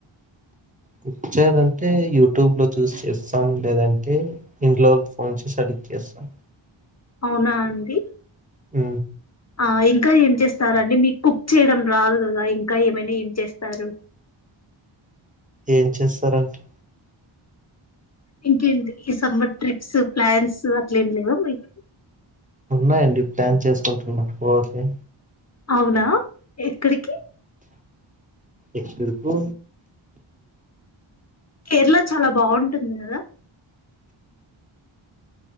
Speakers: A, on the right (about 15°); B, on the left (about 35°).
A: కుక్ చేయాలంటే యూట్యూబ్ లో చూసి చేస్తాం లేదంటే ఇంట్లోళ్ళకి ఫోన్ చేసి అడిగి చేస్తాం
B: అవునా అండి
A: అ
B: ఆ ఇంకా ఏం చేస్తారండి మీకు కుక్ చేయడం రాదు కదా ఇంకా ఏమైనా ఏం చేస్తారు
A: ఏం చేస్తారండి
B: ఇంకేంటి ఈ సమ్మర్ ట్రిప్స్ ప్లాన్స్ అట్లే ఏం లేదా మీకు
A: ఉన్నాయండి ప్లాన్స్ వేసుకుంటున్నా పోవాలి
B: అవునా ఎక్కడికి
A: ఎక్కడికో
B: కేరళ చాలా బాగుంటుంది కదా